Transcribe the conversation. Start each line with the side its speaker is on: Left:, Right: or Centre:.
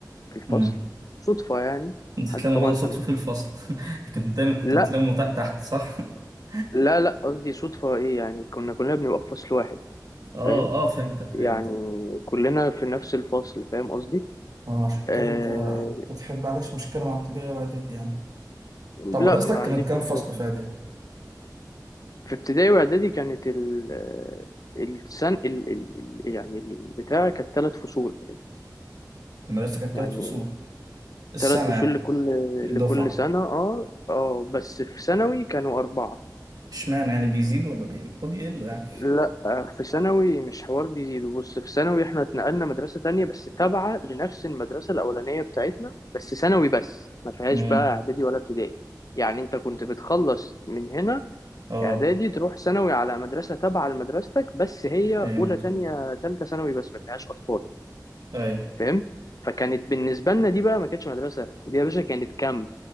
Left: في الفصل
Right: مم.
Left: صدفه يعني
Right: انت
Left: حد
Right: تتلموا
Left: طبعا
Right: بعض صدفة
Left: احنا
Right: في الفصل <laughs> لكن دايما كنت
Left: لا
Right: بتلموا تحت تحت صح؟ <laughs>
Left: لا لا قصدي صدفه ايه يعني كنا كلنا بنبقى في فصل واحد
Right: اه
Left: فاهم
Right: اه فهمتك فهمتك
Left: يعني كلنا في نفس الفصل فاهم قصدي
Right: اه عشان
Left: آه...
Right: كده انت بتحب ما عندكش مشكلة مع ابتدائي واعدادي يعني طب
Left: لا
Right: مدرستك
Left: ما عنديش
Right: كانت كام
Left: مشكله
Right: فصل في اعدادي؟
Left: في ابتدائي واعدادي كانت ال السن ال... ال... ال... يعني البتاع كانت ثلاث فصول
Right: المدرسة كانت
Left: يعني
Right: تلات فصول السنة
Left: ثلاث فصول
Right: يعني
Left: لكل
Right: الدفعة
Left: لكل سنة اه اه بس في ثانوي كانوا أربعة
Right: اشمعنى يعني بيزيد ولا بيقل؟ المفروض يقل يعني
Left: لا آه، في ثانوي مش حوار بيزيدوا بص في ثانوي احنا اتنقلنا مدرسة تانية بس تابعة لنفس المدرسة الأولانية بتاعتنا بس ثانوي بس ما فيهاش
Right: امم
Left: بقى إعدادي ولا ابتدائي يعني انت كنت بتخلص من هنا
Right: اه
Left: إعدادي تروح ثانوي على مدرسة تابعة لمدرستك بس هي
Right: فهمت
Left: أولى تانية
Right: اه
Left: تالتة ثانوي بس ما فيهاش أطفال
Right: اي
Left: فهمت فكانت بالنسبة لنا دي بقى ما كانتش مدرسة دي يا باشا كانت كامب